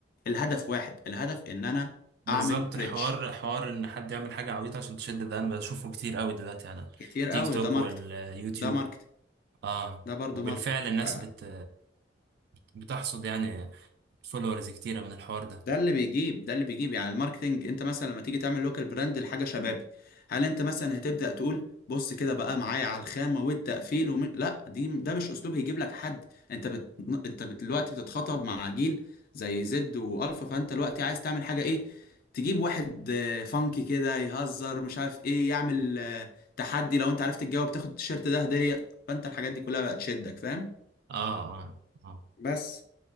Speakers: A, on the left; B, on the right.
A: الهدف واحد الهدف ان انا
B: بالظبط
A: اعمل
B: حوار
A: ريتش
B: حوار ان حد يعمل حاجة عبيطة عشان تشد ده انا بشوفه كتير قوي دلوقتي على
A: كتير
B: تيك
A: قوي
B: توك
A: ده ماركتينج
B: واليوتيوب
A: ده ماركتينج
B: اه
A: ده برضو
B: وبالفعل
A: ماركتينج
B: الناس
A: ف
B: بت بتحصد يعني فولورز كتيرة من الحوار ده
A: ده اللي بيجيب ده اللي بيجيب يعني الماركتينج انت مثلا لما تيجي تعمل لوكال براند لحاجه شبابي هل انت مثلا هتبدا تقول بص كده بقى معايا على الخامه والتقفيل وم... لا دي ده مش اسلوب هيجيب لك حد انت بت... انت بت- دلوقتي بتتخاطب مع جيل زي زد والفا فانت دلوقتي عايز تعمل حاجه ايه تجيب واحد آه، فانكي كده يهزر مش عارف ايه يعمل آه، تحدي لو انت عرفت تجاوب تاخد التيشيرت ده هديه فانت الحاجات دي كلها بقت تشدك فاهم
B: اه اه اه
A: بس